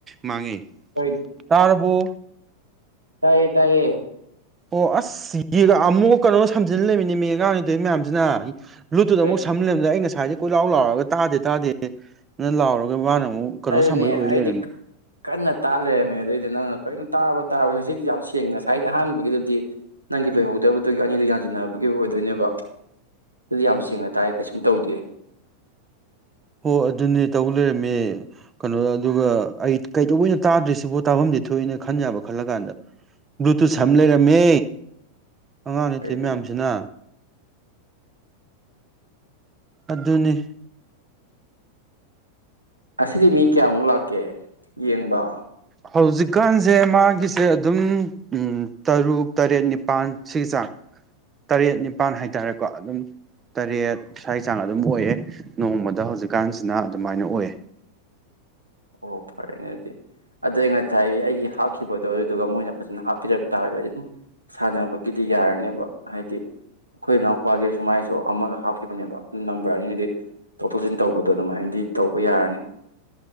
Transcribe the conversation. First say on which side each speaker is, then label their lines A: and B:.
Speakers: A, on the right; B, on the right.
A: ꯃꯥꯡꯉꯦ
B: ꯀꯩ
A: ꯇꯔꯕꯨ
B: ꯇꯥꯏꯌꯦ ꯇꯥꯏꯌꯦ
A: ꯑꯣ ꯑꯁ ꯌꯦꯒ ꯑꯃꯨꯛ ꯀꯩꯅꯣ ꯁꯝꯖꯤꯜ ꯂꯩꯃꯤꯅꯤ ꯃꯤ ꯑꯉꯥꯡꯔꯤꯗꯣꯏ ꯃꯌꯥꯝꯁꯤꯅ ꯕ꯭ꯂꯨꯠ
B: ꯀꯩ
A: ꯑꯃꯨꯛꯝꯂꯝꯂꯗ ꯑꯩꯅ ꯉꯥꯏꯗꯤ ꯀꯣꯏꯂꯥꯎ ꯂꯥꯎꯔꯒ ꯇꯥꯗꯦ ꯇꯥꯗꯦ ꯑꯗꯨ ꯂꯥꯎꯔꯒ ꯃꯥꯅ ꯑꯃꯨꯛ ꯀꯩꯅꯣ
B: ꯑꯗꯨꯅꯦ
A: ꯁꯝꯕꯩ ꯑꯣꯏ
B: ꯑꯩꯗꯤ
A: ꯂꯩꯔꯝꯃꯦ
B: ꯀꯟꯅ ꯇꯥ ꯂꯩꯔꯝꯃꯦ ꯑꯗꯨꯏꯗꯤ ꯅꯪꯅ ꯀꯔꯤ ꯇꯥꯕ ꯇꯥꯕ ꯉꯁꯤꯗꯤ ꯌꯥꯝ ꯁꯦꯡꯉ ꯉꯁꯥꯏꯗꯤ ꯑꯍꯥꯟꯕꯒꯤꯗꯨꯗꯤ ꯅꯪꯒꯤ ꯂꯣꯏꯍꯧꯗꯕꯗꯨꯒꯤ ꯑꯅꯤꯗꯨ ꯌꯥꯟꯁꯤꯟꯅꯕꯒꯤ ꯑꯣꯏꯗꯣꯏꯅꯦꯕ ꯑꯗꯨꯗꯤ ꯌꯥꯝ ꯁꯦꯡꯅ ꯇꯥꯏ ꯀꯩꯁꯨꯝ ꯇꯧꯗꯦ
A: ꯍꯣ ꯑꯗꯨꯅꯦ ꯇꯧ ꯂꯩꯔꯝꯃꯦ ꯀꯩꯅꯣ ꯑꯗꯨꯒ ꯑꯩ ꯀꯩꯗꯧꯕ ꯑꯣꯏꯅ ꯇꯥꯗ꯭ꯔꯤꯁꯤꯕꯣ ꯇꯥꯐꯝꯗꯤ ꯊꯣꯛꯑꯏꯅ ꯈꯟ ꯌꯥꯕ ꯈꯜꯂ ꯀꯥꯟꯗ ꯕ꯭ꯂꯨꯇꯨꯠ ꯁꯝ ꯂꯩꯔꯝꯃꯦ ꯑꯉꯥꯡ
B: ꯍꯣꯏꯅꯦ
A: ꯑꯊ ꯃꯌꯥꯝꯁꯤꯅ ꯑꯗꯨꯅꯤ
B: ꯑꯁꯤꯗꯤ ꯃꯤ ꯀꯌꯥꯃꯨꯛ ꯂꯥꯛꯀꯦ ꯌꯦꯡꯕ꯫
A: ꯍꯧꯖꯤꯛꯀꯥꯟꯁꯦ ꯃꯥꯒꯤꯁꯦ ꯑꯗꯨꯝ ꯎꯝ ꯇꯔꯨꯛ ꯇꯔꯦꯠ ꯅꯤꯄꯥꯜ ꯁꯤꯒꯤ ꯆꯥꯡ ꯇꯔꯦꯠ ꯅꯤꯄꯥꯜ ꯍꯥꯏꯇꯥꯔꯦꯀꯣ ꯑꯗꯨꯝ ꯇꯔꯦꯠ ꯁ꯭ꯋꯥꯏꯒꯤ ꯆꯥꯡ ꯑꯗꯨꯝ ꯑꯣꯏꯌꯦ ꯅꯣꯡꯃꯗ ꯍꯧꯖꯤꯛꯀꯥꯟꯁꯤꯅ ꯑꯗꯨꯃꯥꯏꯅ ꯑꯣꯏꯌꯦ꯫
B: ꯑꯣ ꯐꯔꯦꯅꯦꯗꯤ ꯑꯗꯩ ꯉꯥꯏꯁꯥꯏ ꯑꯩꯒꯤ ꯍꯥꯞꯈꯤꯕꯗꯣ ꯑꯗꯨꯗꯨꯒ ꯃꯣꯏꯅ ꯐꯖꯅ ꯍꯥꯞꯄꯤꯔꯛ ꯇꯥꯔꯒꯗꯤ ꯑꯗꯨꯝ ꯁꯥꯟꯅꯕꯒꯤꯗꯤ ꯌꯥꯔꯅꯦꯕ ꯍꯥꯏꯗꯤ ꯑꯩꯈꯣꯏ ꯏꯅꯥꯎꯄꯥꯒꯤ ꯁꯨꯃꯥꯏꯅꯁꯨ ꯑꯃꯒ ꯍꯥꯞꯈꯤꯕꯅꯦꯕ ꯅꯝꯕꯔ ꯑꯅꯤꯅꯗꯤ ꯄꯨꯊꯣꯛ ꯇꯧꯁꯤꯟ ꯇꯧꯕꯗꯣ ꯑꯗꯨꯃꯥꯏꯅꯗꯤ ꯇꯧꯕ ꯌꯥꯔꯅꯤ꯫